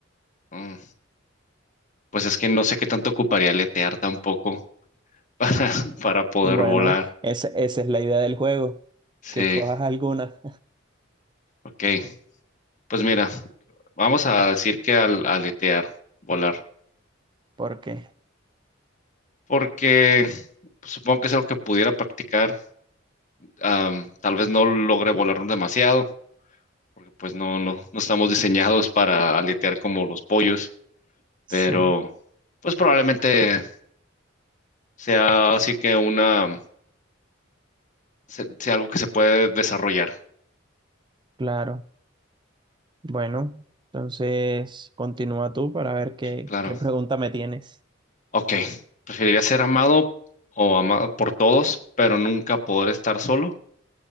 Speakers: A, on the left (about 40°); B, on the right (about 25°).
A: mm, pues es que no sé qué tanto ocuparía letear tampoco. para, <laughs> para poder
B: Bueno,
A: volar.
B: esa, esa es la idea del juego,
A: Sí,
B: que cojas alguna.
A: ok. Pues mira, vamos a decir que al aletear, volar,
B: <laughs> Porque,
A: porque supongo que es algo que pudiera practicar. am, tal vez no logre volar demasiado, porque pues no, no, no estamos diseñados para aletear como los pollos, pero
B: sí,
A: pues probablemente sea así que una, se- sea algo que se puede desarrollar.
B: claro. Bueno, entonces continúa tú para ver qué,
A: Claro.
B: qué pregunta me tienes.
A: Ok. Preferiría ser amado o amado por todos, pero nunca poder estar solo.